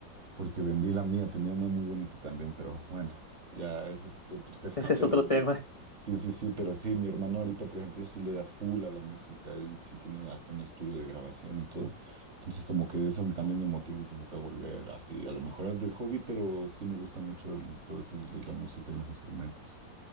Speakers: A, on the right (about 40°); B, on the left (about 35°).
A: porque vendí la mía, tenía una muy bonita también, pero bueno, ya ese fue otro <laughs> tema,
B: ese es
A: pero
B: otro
A: sí.
B: tema.
A: Sí, sí, sí, pero sí, mi hermano ahorita, por ejemplo, sí le da full a la música, él sí tiene hasta un estudio de grabación y todo. Entonces, como que eso también me motiva un poquito a volver así, a lo mejor de hobby, pero sí me gusta mucho el- todo eso de la música y los instrumentos.